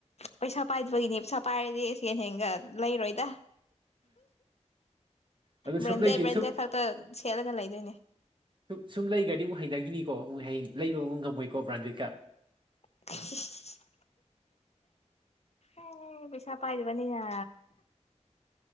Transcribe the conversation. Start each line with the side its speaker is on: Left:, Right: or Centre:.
Left: ꯄꯩꯁꯥ ꯄꯥꯏꯗꯕꯒꯤꯅꯤ ꯄꯩꯁꯥ ꯄꯥꯏꯔꯗꯤ ꯁꯦꯟ ꯍꯦꯟꯒ ꯂꯩꯔꯣꯏꯗ
Right: ꯑꯗꯨ ꯁꯨꯝ
Left: ꯕꯟꯖ
Right: ꯂꯩꯒꯦ
Left: ꯭ꯔꯟꯖꯥ
Right: ꯁꯨꯝ
Left: ꯈꯔꯛꯇ ꯈꯦꯠꯂꯒ ꯂꯩꯗꯣꯏꯅꯦ
Right: ꯁꯨꯝ ꯁꯨꯝ ꯂꯩꯈ꯭ꯔꯗꯤ ꯑꯃꯨꯛ ꯍꯩꯅꯈꯤꯅꯤꯀꯣ ꯑꯃꯨꯛ ꯍꯌꯦꯡ ꯂꯩꯕ ꯑꯃꯨꯛ ꯉꯝꯃꯣꯏꯀꯣ ꯕ꯭ꯔꯥꯟꯗꯤꯠꯀ
Left: <unintelligible> ꯑꯦ ꯄꯩꯁꯥ ꯄꯥꯏꯗꯕꯅꯤ ꯌꯥ